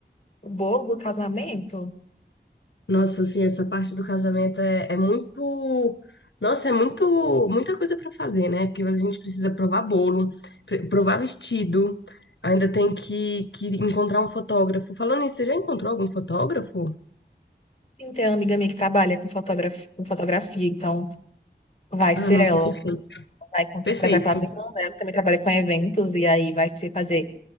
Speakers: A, on the left (about 35°); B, on the left (about 90°).
A: o bolo do casamento?
B: Nossa, assim, essa parte do casamento é, é muito. Nossa, é muito, muita coisa pra fazer, né? Porque a gente precisa provar bolo, pr- provar vestido, ainda tem que, que encontrar um fotógrafo. Falando nisso, você já encontrou algum fotógrafo?
A: Sim, tem uma amiga minha que trabalha com fotógrafo, com fotografia, então vai
B: Ah,
A: ser
B: nossa,
A: ela.
B: perfeito.
A: Vai contra,
B: Perfeito.
A: por exemplo, a irmã dela também trabalha com eventos e aí vai se fazer